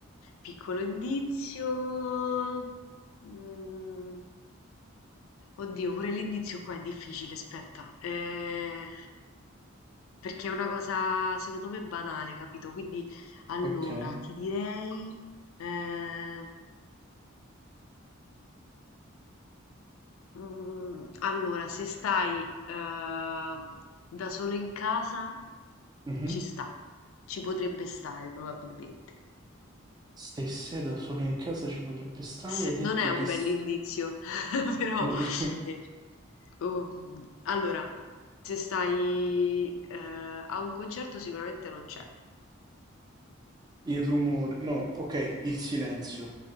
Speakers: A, on the left; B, on the right.
A: Piccolo indizio. Mm. Oddio, pure l'indizio qua è difficile, aspetta. Eh, perché è una cosa, secondo me, banale, capito? Quindi, allora,
B: Ok.
A: ti direi... ehm, mm, allora, se stai eh, da solo in casa,
B: Mhm.
A: ci sta. Ci potrebbe stare, probabilmente.
B: Se sei da solo in casa ci potrebbe stare,
A: S-
B: ha detto
A: non è un
B: che
A: bell'indizio,
B: s-
A: <laughs> però
B: <laughs>
A: eh, um, allora, se stai eh, a un concerto sicuramente non c'è.
B: il rumore. No, ok, il silenzio.